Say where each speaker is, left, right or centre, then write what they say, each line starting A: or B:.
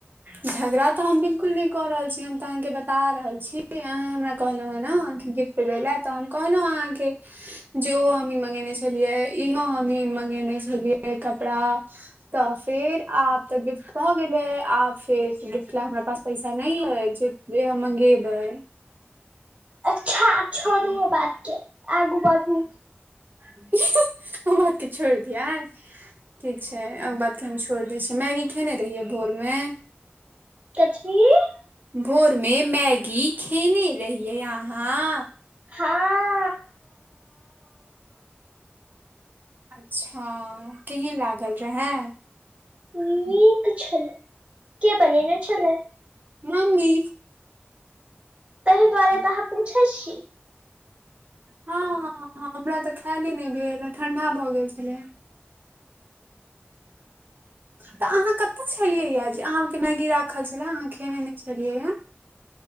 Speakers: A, on the right; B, on the right.
A: झगड़ा तऽ हम बिल्कुल नहि कऽ रहल छी हम तऽ अहाँके बता रहल छी, अहाँ हमरा कहलौं हैं न कि गिफ्ट दैलै तऽ हम कहलौं अहाँके जे ओ हमही मंगेने छलियै इहो हमही मंगेने छलियै कपड़ा तऽ फेर आब तऽ गिफ्ट भऽ गेलै आब फेर गिफ्ट लै हमरा पास पैसा नहि अइछ। जे हम मंगेबै।
B: अच्छा आब छोडु ओ बातके आगू बढू।
A: ही ही ओ बात के छोड़ि दियै ठीक छै ओ बातके हम छोड़ि दै छियै, मैगी खेने रहियै भोरमे।
B: कथीऽऽ?
A: भोरमे मैगी खेने रहियै अहाँ।
B: हां।
A: अच्छा केहन लागल रहै।
B: नीक छलए के बनेने छलए।
A: मम्मी।
B: ताहि दुआरे तऽ अहाँ पूछै छी।
A: हँ- हँ- हँ हमरा तऽ खायले नहि भेल ह ठण्डा भऽ गेल छलै है। त अहां कतय छलियै है जे। अहाँके मैगी राखल छलै, अहाँ खेने नय छलियै हँ।